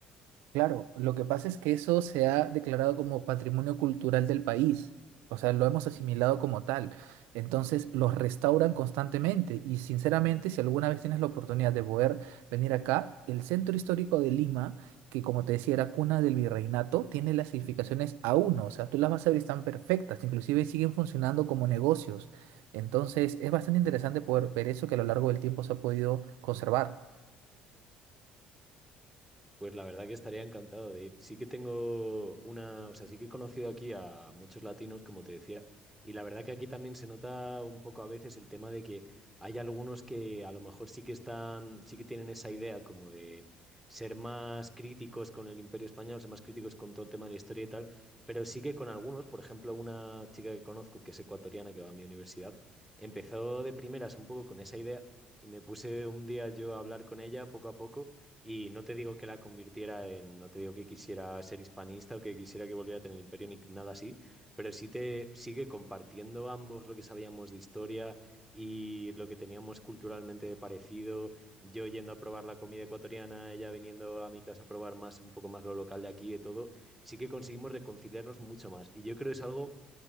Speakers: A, on the right (about 75°); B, in the centre.
A: Claro, lo que pasa es que eso se ha declarado como patrimonio cultural del país, o sea, lo hemos asimilado como tal. Entonces, los restauran constantemente y sinceramente, si alguna vez tienes la oportunidad de poder venir acá, el centro histórico de Lima, que como te decía era cuna del virreinato, tiene las edificaciones A1, o sea, tú las vas a ver, y están perfectas, inclusive siguen funcionando como negocios. Entonces, es bastante interesante poder ver eso que a lo largo del tiempo se ha podido conservar.
B: Pues la verdad que estaría encantado de ir. Sí que tengo una, o sea, sí que he conocido aquí a muchos latinos, como te decía, y la verdad que aquí también se nota un poco a veces el tema de que hay algunos que a lo mejor sí que están, sí que tienen esa idea como de ser más críticos con el Imperio Español, ser más críticos con todo el tema de la historia y tal, pero sí que con algunos, por ejemplo, una chica que conozco que es ecuatoriana que va a mi universidad, empezó de primeras un poco con esa idea y me puse un día yo a hablar con ella poco a poco. Y no te digo que la convirtiera en, no te digo que quisiera ser hispanista o que quisiera que volviera a tener imperio ni nada así, pero sí te sigue compartiendo ambos lo que sabíamos de historia y lo que teníamos culturalmente de parecido, yo yendo a probar la comida ecuatoriana, ella viniendo a mi casa a probar más, un poco más lo local de aquí, de todo, sí que conseguimos reconciliarnos mucho más. Y yo creo que es algo